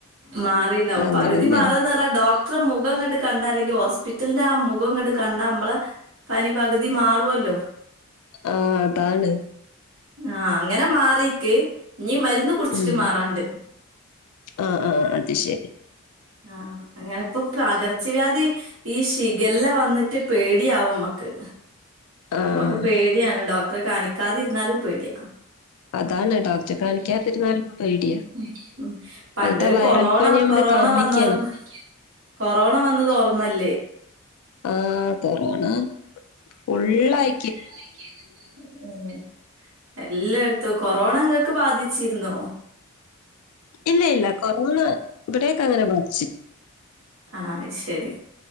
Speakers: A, on the right (about 60°); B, on the left (about 85°).
A: മാറിണ്ടാവും.
B: അങ്ങനെ
A: പകുതി
B: തന്നെ
A: മാറാന്ന് പറഞ്ഞ ഡോക്ടറെ മുഖം കണ്ട്, കണ്ടാ അല്ലെങ്കി, ഹോസ്പിറ്റലിന്റെ ആ മുഖം ഇങ്ങട് കണ്ടാ, നമ്മള് പനി പകുതി മാറുവല്ലോ.
B: ആ അതാണ്.
A: ആഹ അങ്ങനെ മാറീക്ക്. നി മരുന്ന് കുട്ച്ചിട്ട്
B: ഉം
A: മാറാണ്.
B: ആ ആഹ അത് ശെരി.
A: ആഹ് ആഹാ അങ്ങനെത്തെ പകർച്ചവ്യാധി, ഈഷിഗല്ല വന്നിട്ട് പേടിയാവമ്മക്ക്
B: ആഹ്
A: മ്മക്ക് പേടിയാണ് ഡോക്ടറെ കാണിക്കാതിരുന്നാലും പേടിയാ
B: അതാണ്
A: <unintelligible>
B: ഡോക്ടറെ കാണിക്കാതിരുന്നാലും പേടിയാ.
A: ഉം ഉം
B: ഇപ്പഴത്തെ
A: പണ്ടൊരു
B: വൈറൽ
A: കൊറോണ
B: പനി നമ്മള്
A: കൊറോണ
B: കാണിക്കണം.
A: വന്ന്. <inaudible> കൊറോണ വന്നത് ഓർമ്മല്ലേ?
B: ആ കൊറോണ ഫുള്ളായ്
A: <unintelligible> ഉം എല്ലായിടത്തും കൊറോണ ങ്ങക്ക് ബാധിച്ചിരുന്നോ?
B: ഇല്ല ഇല്ല കൊറോണ ഇവിടെക്കങ്ങനെ ബാധ്
A: ആഹ് അയ്ശരി.